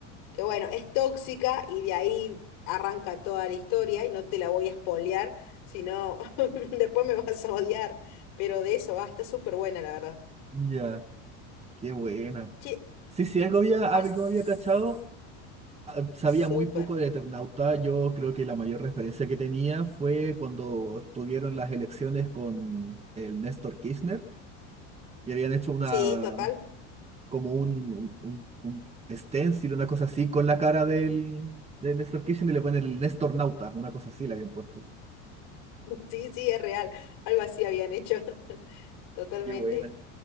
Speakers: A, on the left; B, on the right.
A: que bueno, es tóxica y de ahí arranca toda la historia y no te la voy a spoilear, sino <laughs> después me vas a odiar, pero de eso va, está súper buena la verdad.
B: Ya, qué buena.
A: Che,
B: Sí, sí, algo había,
A: as-
B: algo había cachado ah, Sabía
A: súper.
B: muy poco de Eternauta. Yo creo que la mayor referencia que tenía fue cuando tuvieron las elecciones con el Néstor Kirchner y habían hecho una,
A: Sí, total. <laughs>
B: como un, un, un stencil, una cosa así, con la cara del, de Néstor Kirchner y le ponen el Néstor Nauta, una cosa así le habían puesto.
A: Sí, sí, es real. Algo así habían hecho. <laughs> Totalmente.
B: Qué buena.